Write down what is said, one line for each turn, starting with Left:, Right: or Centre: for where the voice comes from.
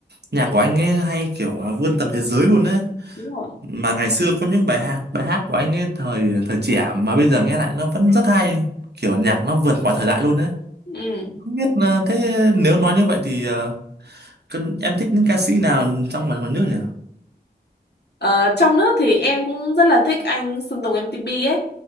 Right: nhạc
Left: Ừ,
Right: của anh ấy hay kiểu là vươn tầm thế giới luôn đấy
Left: đúng rồi.
Right: mà ngày xưa có những bài hát bài hát của anh ấy thời thời trẻ mà bây giờ nghe lại nó vẫn rất hay kiểu nhạc nó vượt mọi thời đại luôn đấy
Left: Ừ.
Right: không biết ờ, thế nếu nói như vậy thì ờ, Còn em thích những ca sĩ nào trong và ngoài nước nhỉ?
Left: Ờ, trong nước thì em cũng rất là thích anh Sơn Tùng M-TP ấy.